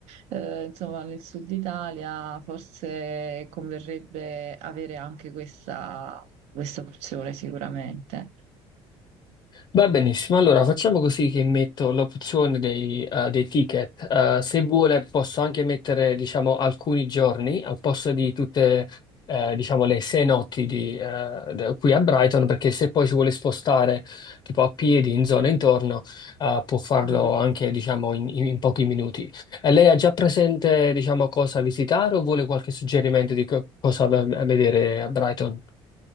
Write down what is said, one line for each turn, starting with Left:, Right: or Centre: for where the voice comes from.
Right: eh, insomma, nel sud Italia, forse converrebbe avere anche questa, questa opzione, sicuramente.
Left: Va benissimo, allora facciamo così che metto l'opzione dei, eh, dei ticket. Eh, se vuole posso anche mettere, diciamo, alcuni giorni al posto di tutte, eh, diciamo, le sei notti di, eh, da- qui a Brighton, perché se poi si vuole spostare tipo a piedi in zone intorno, eh, può farlo
Right: Mm.
Left: anche, diciamo, in, in- in pochi minuti. E lei ha già presente, diciamo, cosa visitare o vuole qualche suggerimento di co- cosa v- vedere a Brighton?